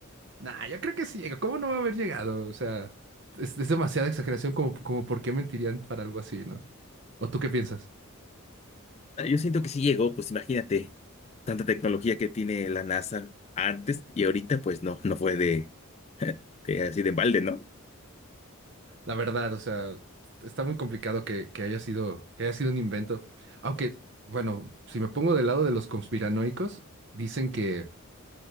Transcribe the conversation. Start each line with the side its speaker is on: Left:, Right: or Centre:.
Right: Nah, yo creo que sí llega. ¿Cómo no va a haber llegado? O sea, es, es demasiada exageración como, como por qué mentirían para algo así, ¿no? ¿O tú qué piensas?
Left: Ah, Yo siento que sí llegó, pues imagínate, tanta tecnología que tiene la NASA antes y ahorita, pues no, no fue de, <laughs> de así de balde, ¿no?
Right: La verdad, o sea, está muy complicado que, que haya sido, que haya sido un invento. Aunque, bueno, si me pongo del lado de los conspiranoicos, dicen que